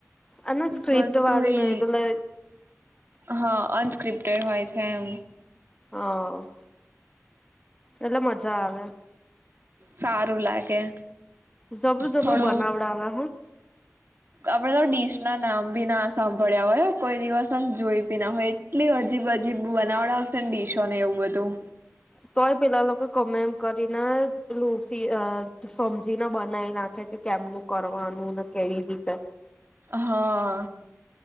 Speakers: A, on the left; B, on the right.
A: અને સ્ક્રિપ્ટ
B: બધું
A: વાળું
B: એ
A: ને એટલે
B: હા અનસ્ક્રિપ્ટેડ હોય છે એમ
A: હ એટલે મજા આવે
B: સારું લાગે
A: જબરું જબરું
B: થોડું
A: બનાવડાવ્યા હું
B: આપડે તો ડીશ ના નામ ભી ના સાંભળ્યા હોય કોઈ દિવસ જોઈ બી ના હોય એટલી અજીબ અજીબ બનાવડાવશે ને ડીશોને એવું બધું
A: તોય પેલા લોકો કમેમ કરીને પેલુ અ પી સમજીને બનાવી નાખે કે કેમનું કરવાનું ને કેવી રીતે
B: હા